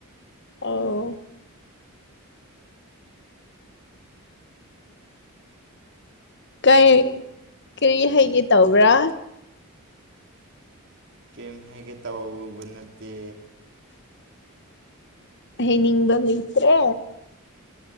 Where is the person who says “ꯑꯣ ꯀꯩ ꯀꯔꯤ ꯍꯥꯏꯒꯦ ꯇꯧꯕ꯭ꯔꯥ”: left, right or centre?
Left